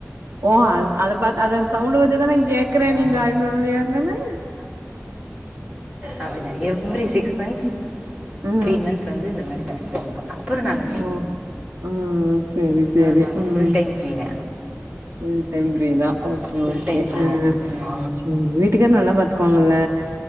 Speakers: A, on the right (about 65°); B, on the right (about 25°).
A: ஓ அ அத பாத் அத சவுண்டு வச்சு தாங் கே க்றே
B: ஆ
A: நீ ஜாய்ன் ஃபேமிலியா என்னனு
B: அப்டித எவ்ரி சிக்ஸ் மந்த்ஸ்
A: அ அ.
B: த்ரீ மந்த்ஸ் வந்து இந்த மாரி டாஸ்க் இருக்கு அப்பறோ நாங்க ஃப்ரீ
A: ஓ ம் சேரி
B: அப்பறோ
A: சேரி
B: நாங்க
A: ம்
B: ஃபுல் டைம் ஃப்ரீதே
A: ஃபுல் டைம் ஃப்ரீ தா ஓகே
B: ஃபுல்
A: ஓகே
B: டைம் ப்ரீதே
A: ஆ
B: ம்
A: சேரி வீட்டுக்கார் நல்லா பாத்துக்குவாங்கல்ல